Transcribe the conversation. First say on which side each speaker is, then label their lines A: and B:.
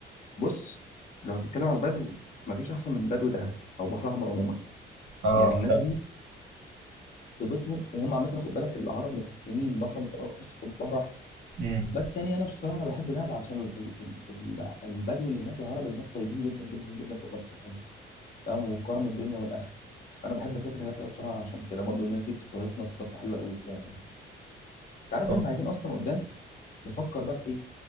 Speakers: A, on the left (about 45°); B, on the right (about 70°).
A: بص لو هتتكلم عن البدو فمفيش احسن من بدو دهب او بحر احمر عموما
B: اه
A: يعني الناس
B: حلو
A: دي طيبتهم وهم عامه خد بالك العرب متقسمين بحر متوسط وبحر احمر
B: امم
A: بس يعني انا بصراحه انا بحب دهب عشان ال- ال- ال- البدو اللي هناك والعرب اللي هناك طيبين جدا جدا جدا فوق ما تتخيل فاهم وكرم الدنيا والاخره فانا بحب اسافر هناك قوي بصراحه عشان كده برضو الناس دي بتستضيفنا استضافه حلوه قوي يعني انت عارف
B: طب
A: احنا عايزين اصلا قدام نفكر بقى في ايه